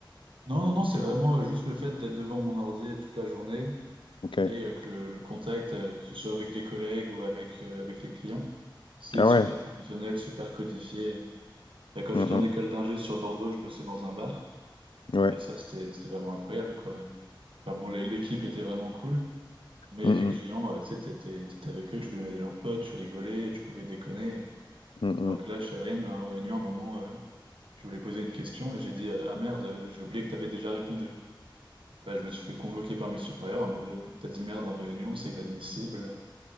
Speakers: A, on the right; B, on the left.
A: Non, non, non, c'est vraiment euh, juste le fait d'être devant mon ordi toute la journée
B: Ok.
A: et euh, que le, le contact, euh, que ce soit avec les collègues ou avec, euh, avec les clients, c'est
B: Ah
A: super
B: ouais.
A: professionnel, super codifié. Bah, Quand j'étais
B: Mm,
A: en école d'ingé sur Bordeaux, je bossais dans un bar
B: mm. Ouais.
A: et ça, c'était, c'était vraiment incroyable, quoi. Enfin, bon, les- l'équipe était vraiment cool, mais
B: Mm, mm.
A: les clients, euh, tu sais, t'étais, t'étais avec eux, tu devenais leurs potes, tu rigolais, tu pouvais déconner.
B: Mm, mm.
A: Alors que là, chez Rennes, en réunion, à un moment, euh, je voulais poser une question et j'ai dit, euh, ah merde, j'ai oublié que t'avais déjà répondu. Bah, je me suis fait convoquer par mes supérieurs en mode euh, t'as dit merde en réunion, c'est inadmissible,